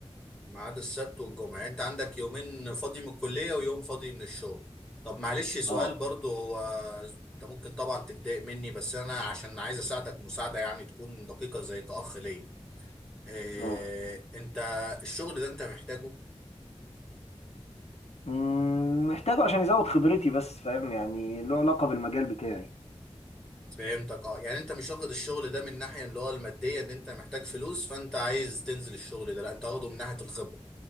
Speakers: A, in the centre; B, on the left (about 80°).
A: ما عدا السبت والجمعة يعني انت عندك يومين فاضي من الكلية ويوم فاضي من الشغل طب معلش سؤال
B: اه
A: برضو هو انت ممكن طبعا تتضايق مني بس انا عشان عايز اساعدك مساعدة يعني تكون دقيقة زي كأخ ليا اه
B: اه
A: انت الشغل ده انت محتاجه
B: مم، محتاجه عشان يزود خبرتي بس فاهم يعني له علاقة بالمجال بتاعي
A: فهمتك اه يعني انت مش واخد الشغل ده من الناحية اللي هو المادية ان انت محتاج فلوس فانت عايز تنزل الشغل ده لا انت واخده من ناحية الخبرة